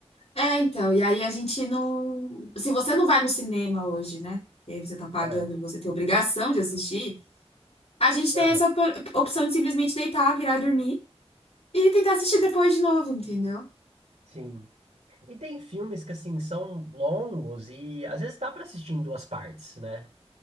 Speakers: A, on the left; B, on the right.
A: É, então. E aí a gente não. Se você não vai no cinema hoje, né? E aí você tá pagando,
B: Ah,
A: você tem obrigação de assistir. A gente tem
B: aham,
A: essa op- opção de simplesmente deitar, virar e dormir. E tentar assistir depois de novo, entendeu?
B: sim. E tem filmes que, assim, são longos e às vezes dá pra assistir em duas partes, né?